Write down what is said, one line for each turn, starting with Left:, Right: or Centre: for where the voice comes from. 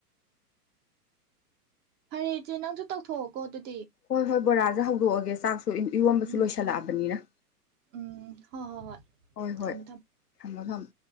Right: ꯐꯔꯦ ꯏꯆꯦ ꯅꯪꯁꯨ ꯇꯧꯊꯣꯛꯑꯣꯀꯣ ꯑꯗꯨꯗꯤ
Left: ꯍꯣꯏ ꯍꯣꯏ ꯕꯣꯔꯥꯁꯦ ꯍꯧꯗꯣꯛꯑꯒꯦ ꯆꯥꯡ ꯏꯌꯣꯟꯕꯁꯨ
Right: ꯎꯝ
Left: ꯂꯣꯏꯁꯜꯂꯛꯑꯕꯅꯤꯅ
Right: ꯎꯝ ꯍꯣꯏ ꯍꯣꯏ ꯍꯣꯏ
Left: ꯍꯣꯏ
Right: ꯊꯝꯃꯦ
Left: ꯍꯣꯏ
Right: ꯊꯝꯃꯦ
Left: ꯊꯝꯃꯣ
Right: ꯎꯝ
Left: ꯊꯝꯃ